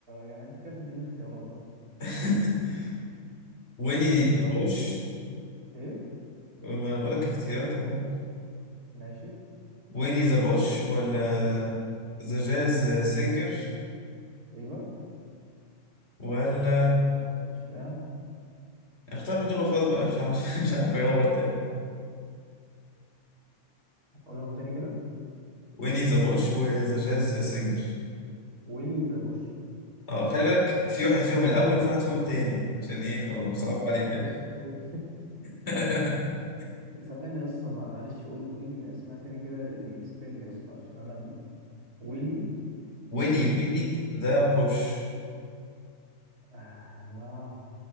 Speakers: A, on the right; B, on the left.
A: يعني انت كده تديني اختيارات بقى
B: <laughs> ويني
A: يعني اصلا
B: ذا بوش
A: ايه
B: ما انا بقول لك اختيارات اهو بقى.
A: ماشي
B: ويني ذا بوش ولا ذا جاز سينجر
A: ايوه
B: ولا
A: ما اعتقدش اه
B: اختار من دول وخلاص بقى مش عارف <laughs> مش عارف اجاوب تاني
A: قولهم تاني كده
B: ويني ذا بوش وذا جاز سينجر
A: ويلي ذا بوش
B: اه خلي بالك في واحد فيهم الاول وفي واحد فيهم التاني عشان ايه او
A: يا
B: صعب
A: نهار
B: عليك يعني
A: اسود
B: <laughs>
A: <laughs> ثواني يا اسطى مع- معلش قول قول لي الاسماء تاني كده السبيل يا اسطى عشان انا م- ويلي
B: ويني
A: ويلي
B: ويني ذا بوش
A: آه